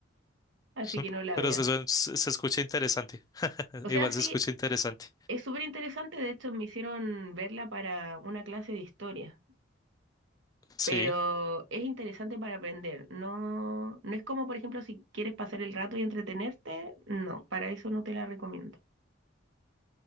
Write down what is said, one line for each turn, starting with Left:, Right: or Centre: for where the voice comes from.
Right: Así
Left: Son-
Right: que no la
Left: Pero
Right: veas.
Left: se, suen- se- se escucha interesante. <laughs>
Right: O
Left: Igual
Right: sea, sí.
Left: se escucha interesante.
Right: Es súper interesante, de hecho me hicieron verla para una clase de historia,
Left: Sí,
Right: pero es interesante para aprender. No, no es como, por ejemplo, si quieres pasar el rato y entretenerte, no, para eso no te la recomiendo.